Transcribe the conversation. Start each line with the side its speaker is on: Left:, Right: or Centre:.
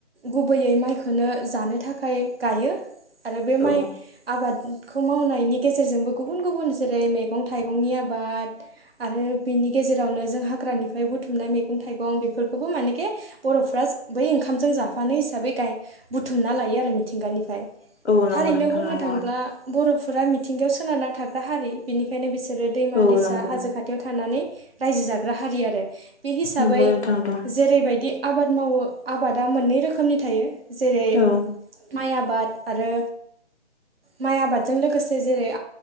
Right: गुबैयै माइखौनो जानो थाखाय गायो। आरो बे
Left: औ
Right: माइ आबाद। खौ मावनायनि गेजेरजोंबो गुबुन गुबुन जेरै मैगं थाइगंनि आबाद। आरो बिनि गेजेरावनो जों हाग्रानिफ्राय बुथुमनाय मैगं थाइगं बेफोरखौबो मानेखि बर'फ्रा बै ओंखामजों जाफानो हिसाबै गाय बुथुमना लायो आरो मिथिंगानिफ्राय
Left: औ नंगौ
Right: थारैनो
Left: नोंथां
Right: बुंनो
Left: नंगौआ।
Right: थांब्ला बर'फोरा मिथिंगायाव सोनारना थाग्रा हारि बिनिखायनो बिसोरो दैमा
Left: औ
Right: दैसा
Left: नंगौ
Right: हाजो खाथियाव थानानै रायजो जाग्रा हारि आरो बे हिसाबै
Left: नंगौ नोंथां नंगौ
Right: जेरैबायदि आबाद मावो आबादा मोननै रोखोमनि थायो जेरै
Left: औ
Right: माइ आबाद आरो माइ आबाद। जों लोगोसे जेरै